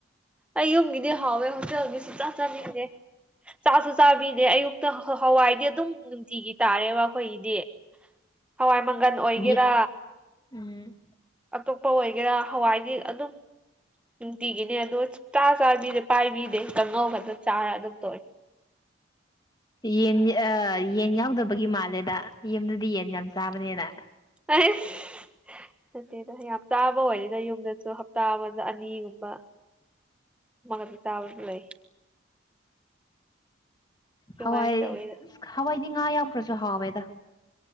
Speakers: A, in the centre; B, on the left (about 20°).
A: ꯑꯩ ꯌꯨꯝꯒꯤꯗꯤ ꯍꯥꯎꯋꯦ ꯍꯣꯇꯦꯜꯒꯤ ꯁꯨꯡꯆꯥ ꯆꯥꯅꯤꯡꯗꯦ ꯆꯥꯁꯨ ꯆꯥꯕꯤꯗꯦ ꯑꯌꯨꯛꯇ ꯍ ꯍꯋꯥꯏꯗꯤ ꯑꯗꯨꯝ ꯅꯨꯡꯇꯤꯒꯤ ꯇꯥꯔꯦꯕ ꯑꯩꯈꯣꯏꯒꯤꯗꯤ ꯍꯋꯥꯏ ꯃꯪꯒꯜ ꯑꯣꯏꯒꯦꯔꯥ
B: ꯌꯦ ꯎꯝ
A: ꯑꯇꯣꯞꯄ ꯑꯣꯏꯒꯦꯔꯥ ꯍꯋꯥꯏꯗꯤ ꯑꯗꯨꯝ ꯅꯨꯡꯇꯤ ꯒꯤꯅꯦ ꯑꯗꯣ ꯁꯨꯛꯆꯥ ꯆꯥꯕꯤꯗꯦ ꯄꯥꯏꯕꯤꯗꯦ ꯀꯥꯡꯉꯧ ꯈꯛꯇ ꯆꯥꯔ ꯑꯗꯨꯝ ꯇꯣꯛꯏ
B: ꯌꯦꯟ ꯑ ꯌꯦꯟ ꯌꯥꯎꯗꯕꯒꯤ ꯃꯥꯜꯂꯦꯗ ꯌꯨꯝꯗꯗꯤ ꯌꯦꯟ ꯌꯥꯝ ꯆꯥꯕꯅꯦꯅ
A: <unintelligible> ꯅꯠꯇꯦꯗ ꯌꯥꯝ ꯆꯥꯕ ꯑꯣꯏꯗꯦꯗ ꯌꯨꯝꯗꯁꯨ ꯍꯞꯇꯥ ꯑꯃꯗ ꯑꯅꯤꯒꯨꯝꯕ ꯑꯃꯈꯠꯇ ꯆꯥꯕꯁꯨ ꯂꯩ ꯁꯨꯃꯥꯏꯅ
B: ꯍꯋꯥꯏ
A: ꯇꯧꯋꯦꯗ
B: ꯍꯋꯥꯏꯗꯤ ꯉꯥ ꯌꯥꯎꯈ꯭ꯔꯁꯨ ꯍꯥꯋꯦꯗ